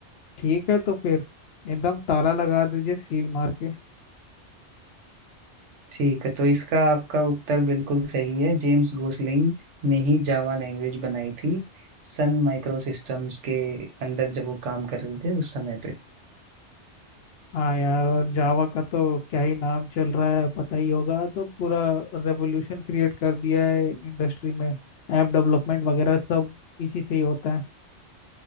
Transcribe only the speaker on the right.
ठीक है तो इसका आपका उत्तर बिल्कुल सही है जेम्स गोसलिंग ने ही जावा लैंग्वेज बनाई थी सन माइक्रो सिस्टम्स के अंदर जब वो काम कर रहे थे उस समय पे